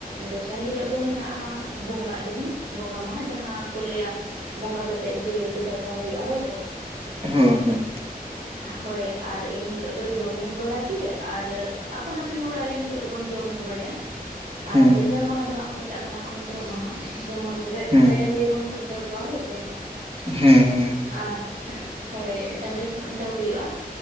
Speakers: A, on the right (about 60°); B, on the right (about 35°).
A: ᱫᱚᱥᱟᱨ ᱦᱤᱞᱳᱜ ᱫᱚ ᱢᱮᱱᱟᱜᱼᱟ ᱵᱚᱸᱜᱟᱜ ᱫᱤᱱ ᱵᱚᱸᱜᱟ ᱢᱟᱦᱟ ᱡᱟᱦᱟᱸ ᱠᱚ ᱞᱟᱹᱭᱟ ᱵᱚᱸᱜᱟ ᱠᱟᱛᱮᱜ ᱡᱤᱞ ᱩᱛᱩ ᱫᱟᱠᱟ ᱦᱩᱭᱩᱜᱼᱟ ᱦᱳᱭ ᱥᱮ
B: ᱦᱳᱭ ᱦᱳᱭ
A: ᱦᱳᱭ ᱟᱨ ᱮᱱ ᱦᱤᱞᱳᱜ ᱫᱚ ᱡᱚᱢ ᱧᱩ ᱵᱟᱲᱟ ᱜᱤ ᱟᱨ ᱟᱯᱟᱱ ᱟᱹᱯᱤᱱ ᱚᱲᱟᱜ ᱨᱮᱱ ᱮᱱ ᱦᱤᱞᱳᱜ ᱫᱚ ᱵᱚᱱ ᱡᱚᱢ ᱧᱩ ᱵᱟᱲᱟᱭᱟ ᱟᱨ
B: ᱦᱮᱸ
A: ᱛᱮᱥᱟᱨ ᱢᱟᱦᱟ ᱫᱚ ᱦᱟᱸᱜ ᱠᱚ ᱢᱮᱛᱟᱜ ᱠᱟᱱᱟ ᱠᱷᱩᱱᱴᱟᱹᱣ ᱢᱟᱦᱟ ᱡᱮᱢᱚᱱ ᱜᱟᱹᱭ
B: ᱦᱮᱸ
A: ᱜᱟᱹᱭ ᱰᱟᱝᱨᱤ ᱵᱚᱱ ᱠᱷᱩᱱᱴᱟᱹᱣ ᱠᱚᱣᱟ ᱦᱳᱭ ᱥᱮ
B: <inaudible> ᱦᱮᱸ ᱮᱸ
A: ᱟᱨ ᱦᱳᱭ ᱰᱟᱝᱨᱤ ᱠᱷᱩᱱᱴᱟᱹᱣ ᱦᱩᱭᱩᱜᱼᱟ